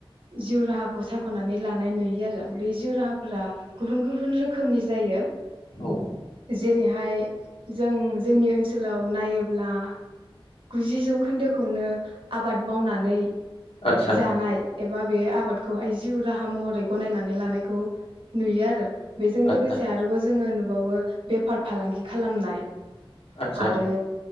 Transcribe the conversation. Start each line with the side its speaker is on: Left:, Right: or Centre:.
Right: जिउ राहा खौ सायख'नानै लानाय नुयो आरो। बे जिउ राहाफोरा गुबुन गुबुन रोखोमनि जायो।
Left: औ
Right: जेरैहाय जों जोंनि ओनसोल ओनसोलाव नायोब्ला। गुजि जौखोन्दोखौनो आबाद मावनानै
Left: आदसा
Right: जानायाय एबा बे आबादखौहाय जिउ राहा महरै गनायनानै लानायखौ नुयो आरो। बेजों
Left: आदसा
Right: लोगोसे आरोबाव जोङो। ाव बेफार फालांगि खालामनाय
Left: आदसा
Right: आरो।